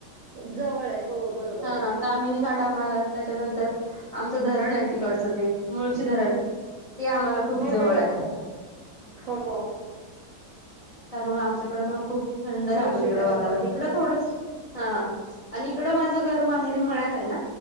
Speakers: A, on the right; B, on the left.
A: जवळ आहे हो बरोबर
B: हा
A: आहे.
B: तामिनी घाट आम्हाला त्याच्यानंतर. आमचं धरण आहे तिकडचं ते, मुळशी धरण ते आम्हाला खूप
A: हो
B: जवळ हाय.
A: हो हो हो.
B: त्यामुळं आमच्याकडं पण खूप थंड राहतं,
A: मुळशी
B: तिकडं
A: डॅम
B: वातावरण
A: जवळ
B: इकडं थोडंस. हा, आणि इकड माझं घर माहेरी मळ्यात आहे ना.